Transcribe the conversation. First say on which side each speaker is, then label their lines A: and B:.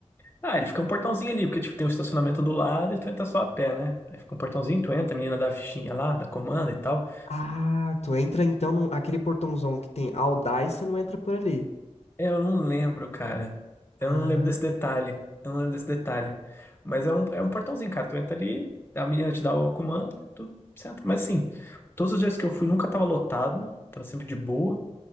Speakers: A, on the left; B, on the left.
A: Ah, ele fica um portãozinho ali, porque tipo, tem um estacionamento do lado e tu entra só a pé, né? Aí fica um portãozinho, tu entra, a menina dá a fichinha lá, da comanda e tal.
B: Ah, tu entra então num, aquele portãozão que tem All Dai, você não entra por ali.
A: É, Eu não lembro, cara. Eu
B: Ah,
A: não lembro desse detalhe. Eu não lembro desse detalhe. Mas é um, é um portãozinho, cara. Tu entra ali, a menina te dá o comando, tu senta. Mas assim, todos os dias que eu fui nunca tava lotado, tava sempre de boa.